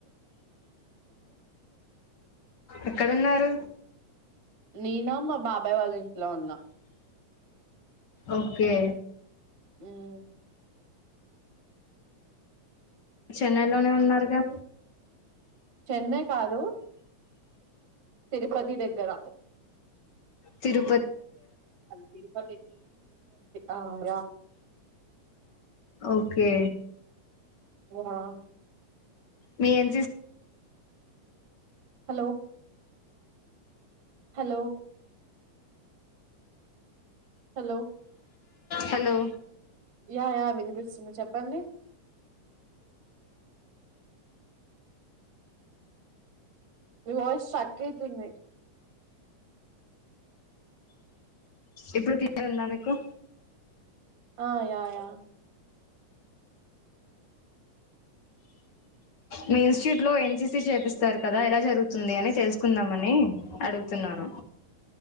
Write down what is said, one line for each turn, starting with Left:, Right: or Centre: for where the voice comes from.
Left: ఎక్కడున్నారు
Right: నేనా మా బాబాయ్ వాళ్ళ ఇంట్లో ఉన్న
Left: ఓకే
Right: ఉమ్
Left: చెన్నైలోనే ఉన్నారుగా
Right: చెన్నై కాదూ తిపతి దగ్గర
Left: తిరు
Right: తిరుపతి అవున
Left: ఓకే
Right: ఆ
Left: మీ NCC
Right: hello hello hello
Left: hello
Right: yeah yeah వినిపిస్తుంది చెప్ ప్పండి మీ వాయిస్ స్టక్ ఐతుంది
Left: ఇప్పుడు క్లియర్ ఉందా మీకు
Right: ఆ యా యా
Left: మీ ఇన్ట్యూట్ లో ఎన్సీసి చేపిస్తారు కదా ఎలా జరుగుతుంది అని తెలుసుకుందామనీ అడుగుతున్నాను